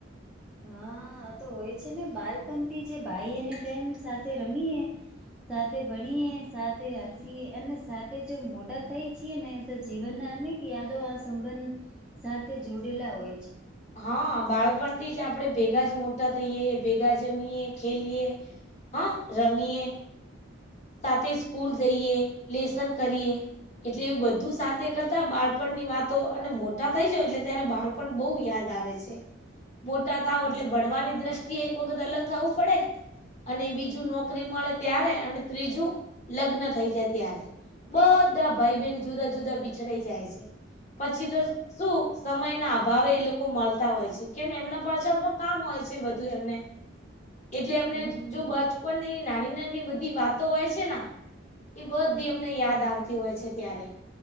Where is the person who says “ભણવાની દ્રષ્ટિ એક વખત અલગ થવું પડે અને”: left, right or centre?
Left